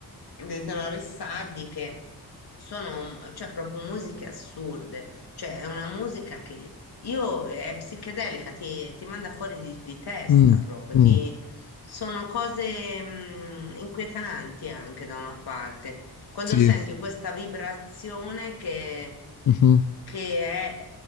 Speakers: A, on the left (about 75°); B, on the left (about 50°).
A: dei Tenore Sardi che sono, cioè, proprio musiche assurde, cioè è una musica che io è psichedelica, ti, ti manda fuori di, di testa
B: Mm,
A: proprio,
B: mm,
A: ti- sono cose mh, inquietanti anche da una parte. Quando
B: Sì.
A: senti questa vibrazione che,
B: mhm.
A: che è,